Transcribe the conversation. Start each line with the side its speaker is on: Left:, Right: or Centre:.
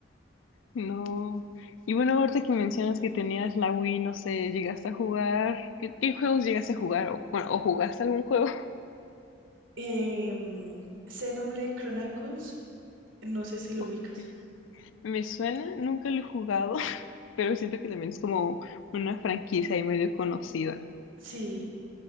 Left: No. Y bueno, ahorita que mencionas que tenías la Wii, no sé, llegaste a jugar. ¿Qué, qué juegos llegaste a jugar? O, bueno, ¿o jugaste algún juego? <laughs>
Right: Eh, Xenoblade Chronicles, no sé si lo
Left: Ok.
Right: ubicas.
Left: Me suena, nunca lo he jugado, <laughs> pero siento que también es como una franquicia y medio conocida.
Right: Sí,